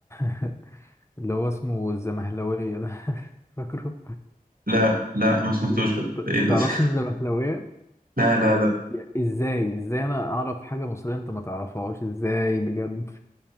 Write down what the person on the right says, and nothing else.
لا لا ما سمعتوش
ده ده
ايه ده
<laughs>
لا لا لا